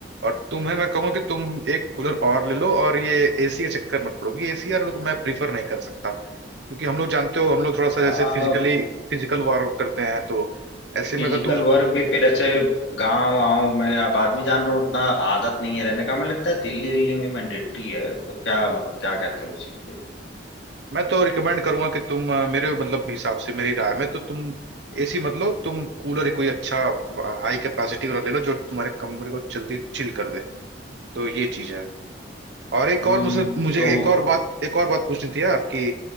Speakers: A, on the right; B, on the left.
A: और तुम्हें मैं कहूंगा कि तुम एक कूलर और ले लो और ये एसी के चक्कर मत पड़ो क्योंकि एसी यार लोग मैं प्रीफर नहीं कर सकता क्योंकि हम लोग जानते हो हम लोग थोड़ा सा
B: हम्म।
A: जैसे फिजिकली फिजिकल वर्कआउट करते हैं तो ऐसे
B: फिजिकल
A: में अगर तुम
B: वर्क भी फिर ऐसे गांव वाँव में अब आदमी जान रहा हूँ उतना आदत नहीं है रहने का हमें लगता है दिल्ली विल्ली में मैंडेटरी है तो क्या मतलब क्या कहते हो उस चीज पे
A: मैं तो रिकमेंड करूंगा कि तुम अ, मेरे मतलब हिसाब से मेरी राय में तो तुम एसी मत लो तुम कूलर ही कोई अच्छा हाई कैपेसिटी वाला ले लो जो तुम्हारे कमरे को जल्दी चिल कर दे तो ये चीज है और एक
B: हम्म
A: और मुझसे मुझे
B: तो
A: एक और बात एक और बात पूछनी थी यार कि